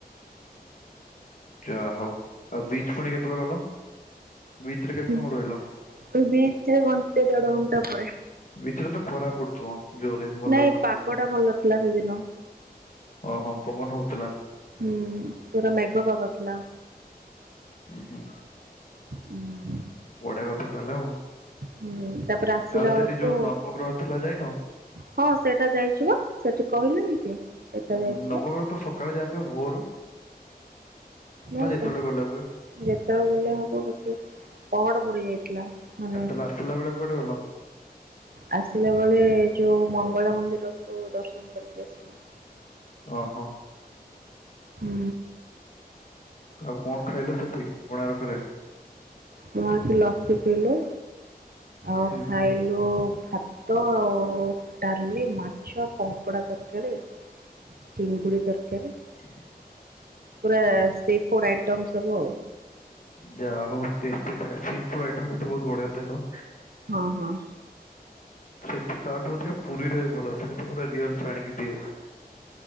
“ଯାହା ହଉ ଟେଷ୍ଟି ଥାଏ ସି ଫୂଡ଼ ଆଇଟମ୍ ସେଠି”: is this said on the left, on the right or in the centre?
Left